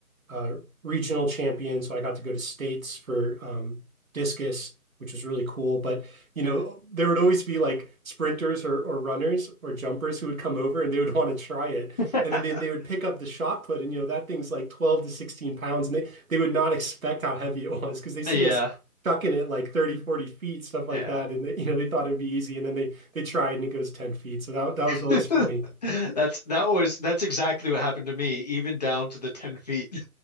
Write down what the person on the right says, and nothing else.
uh, regional champion, so I got to go to states for um, discus, which was really cool. But you know, there would always be like sprinters or, or runners or jumpers who would come over and they would <laughs> want to try it.
And then they, they would pick up the shot put and you know that thing's like 12 to 16 pounds and they, they would not <laughs> expect how heavy it was because they see
us chucking it like 30, 40 feet, stuff like
that. And they, you know, they thought it'd be easy and then they they try it and it goes 10 feet. So that that was always
funny.